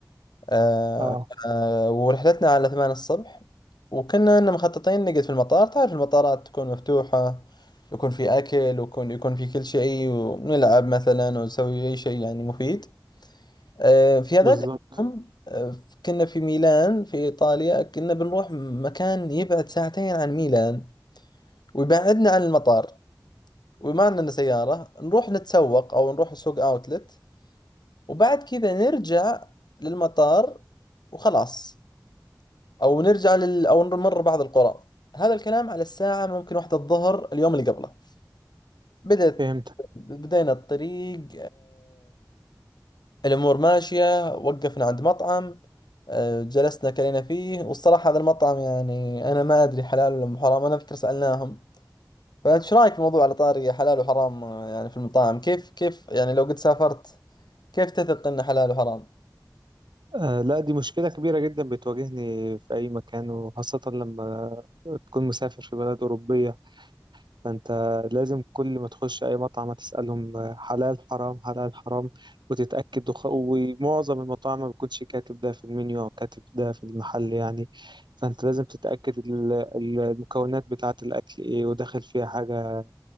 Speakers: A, on the left (about 70°); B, on the right (about 85°).
A: آه،
B: اه
A: آه، ورحلتنا على ثمان الصبح وكنا إن مخططين نقعد في المطار تعرف المطارات تكون مفتوحة يكون في أكل ويكون يكون في كل شيء ونلعب مثلا ونسوي أي شيء يعني مفيد آه، في هذاك
B: بالظبط
A: اليوم آه، كنا في ميلان في إيطاليا كنا بنروح مكان يبعد ساعتين عن ميلان ويبعدنا عن المطار وما عندنا سيارة نروح نتسوق أو نروح سوق أوتلت وبعد كذا نرجع للمطار وخلاص أو نرجع لل... أو نمر بعض القرى هذا الكلام على الساعة ممكن واحدة الظهر اليوم اللي قبله بدأت
B: فهمت
A: بدينا الطريق الأمور ماشية وقفنا عند مطعم آه، جلسنا كلينا فيه والصراحة هذا المطعم يعني أنا ما أدري حلال ولا حرام أنا أذكر سألناهم فايش رايك في موضوع على طاري حلال وحرام آه، يعني في المطاعم كيف كيف يعني لو قد سافرت كيف تثق إنه حلال وحرام
B: آه، لا دي مشكلة كبيرة جدا بتواجهني في اي مكان وخاصة لما تكون مسافر في بلد أوروبية فانت لازم كل ما تخش اي مطعم هتسالهم آه، حلال حرام حلال حرام وتتاكد وخ... ومعظم المطاعم ما بيكونش كاتب ده في المنيو او كاتب ده في المحل يعني فانت لازم تتاكد ال- ال- المكونات بتاعه الاكل ايه وداخل فيها حاجه